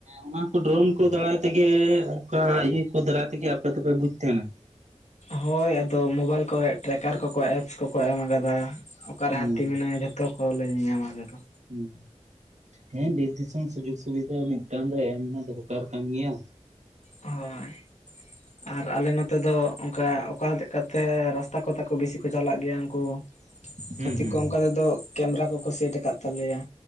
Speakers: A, on the right; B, on the left.
A: ᱚᱱᱟ ᱠᱚ ᱰᱨᱳᱱ ᱠᱚ ᱫᱟᱨᱟᱭ ᱛᱮᱜᱮ ᱚᱱᱠᱟ ᱤᱭᱟᱹ ᱠᱚ ᱫᱟᱨᱟᱭ ᱛᱮᱜᱮ ᱟᱯᱮ ᱫᱚᱯᱮ ᱵᱩᱡ ᱛᱟᱦᱮᱱᱟ?
B: ᱦᱳᱭ ᱟᱫᱚ ᱢᱳᱵᱟᱭᱤᱞ ᱠᱚᱨᱮ ᱴᱨᱮᱠᱟᱨ ᱠᱚᱠᱚ ᱮᱯᱥ ᱠᱚᱠᱚ ᱮᱢ ᱠᱟᱫᱟ᱾ ᱚᱠᱟᱨᱮ
A: ᱦᱩᱸ
B: ᱦᱟᱹᱛᱤ ᱢᱮᱱᱟᱭᱟ ᱡᱷᱚᱛᱚ ᱠᱚᱞᱮ ᱧᱮᱧᱟᱢᱟ ᱟᱞᱮᱫᱚ᱾
A: ᱦᱩᱸ ᱦᱮᱸ ᱵᱤᱨᱮᱥ ᱫᱤᱥᱚᱢ ᱥᱩᱡᱳᱜ ᱥᱩᱵᱤᱫᱟ ᱢᱤᱫᱴᱟᱝ ᱫᱚ ᱮᱢ ᱦᱚᱸ ᱫᱚᱨᱠᱟᱨ ᱠᱟᱱ ᱜᱮᱭᱟ᱾
B: ᱦᱚᱭ᱾ ᱟᱨ ᱟᱞᱮ ᱱᱚᱛᱮ ᱫᱚ ᱚᱝᱠᱟ ᱚᱠᱟ ᱞᱮᱠᱟᱛᱮ ᱨᱟᱥᱛᱟ ᱠᱚᱛᱟ ᱠᱚ ᱵᱤᱥᱤ ᱠᱚ ᱪᱟᱞᱟᱜ ᱜᱤᱭᱟ ᱩᱱᱠᱩ
A: ᱦᱩᱸ
B: ᱦᱟᱹᱛᱤ
A: ᱦᱩᱸ
B: ᱠᱚ ᱚᱝᱠᱮ ᱛᱮᱫᱚ ᱠᱮᱢᱨᱟ ᱠᱚᱠᱚ ᱥᱮᱴ ᱟᱠᱟᱫ ᱛᱟᱞᱮᱭᱟ᱾